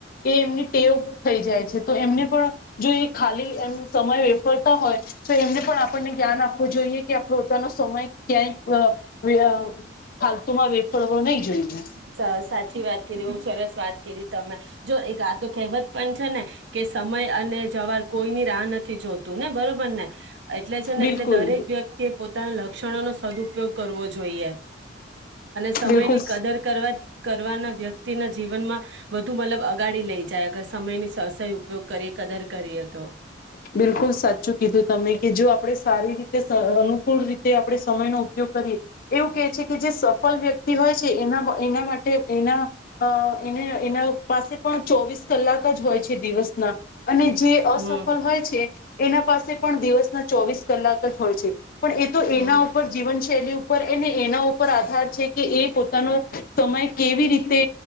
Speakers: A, on the left; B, on the right.
A: એ એમની ટેવ થઈ જાય છે. તો એમને પણ જો એ ખાલી એમ સમય વેફળતા હોય તો એમને પણ આપણને જ્યાન આપવું જોઈએ કે આપ પોતાનો સમય ક્યાંય ફાલતુમાં વેફળવો નહીં જોઈએ.
B: સા સાચી વાત કીધી બહુ સરસ વાત તમે જો એક આતો કહેવત પણ છે ને કે સમય અને જવાર કોઈની રાહ નથી. જોતું ને બરોબર ને એટલે છે ને
A: બિલકુલ
B: એટલે દરેક વ્યક્તિ ત લખ સદપયોગ કરવો જોઈએ અને સમયની
A: બિલકુલ
B: કદર કરવાના વ્યક્તિને. જીવનમાં બધુ મતલબ અગાડી લઈ જાય અગર સમયની સ સહી ઉપયોગ કરીએ કદર કરીએ. તો
A: બિલકુલ સાચું કીધું તમે કે જો આપડે સારી રી તે સ અનુકૂળ રીતે આપણે સમય નો ઉપયોગ કરીએ એવું કે છે કે જે સફલ વ્ય ક્તિ હોય છે એના એના માટે એના અ એને એના પાસે પણ ચોવીસ કલાક જ હોય છે દિવસના અને જે સફલ
B: હમ
A: હોય છે એના પાસે પણ દિવસના ચોવીસ કલાક જ હોય છે. પણ એ તો એના
B: હમ
A: ઉપર જીવન શૈલી ઉપર એ એના ઉપર આધાર છે કે એ પોતાનો સમય કેવી રીતે